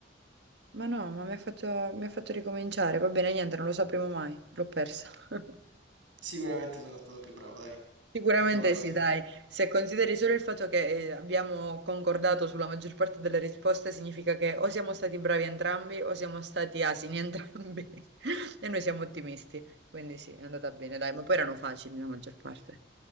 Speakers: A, on the right; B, on the right.
A: Ma no, ma mi ha fatto, mi ha fatto ricominciare. Va bene, niente, non lo sapremo mai. L'ho persa. <laughs>
B: Sicuramente sono stato più bravo, dai.
A: Sicuramente
B: Mettiamola così.
A: sì, dai. Se consideri solo il fatto che eh, abbiamo concordato sulla maggior parte delle risposte, significa che o siamo stati bravi entrambi o siamo stati asini entrambi. <laughs> E noi siamo ottimisti. Quindi sì, è andata bene, dai. Ma poi erano facili la maggior parte.